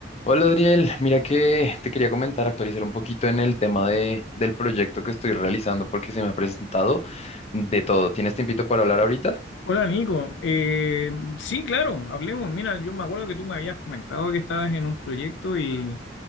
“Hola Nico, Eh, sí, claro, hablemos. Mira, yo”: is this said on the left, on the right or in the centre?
Left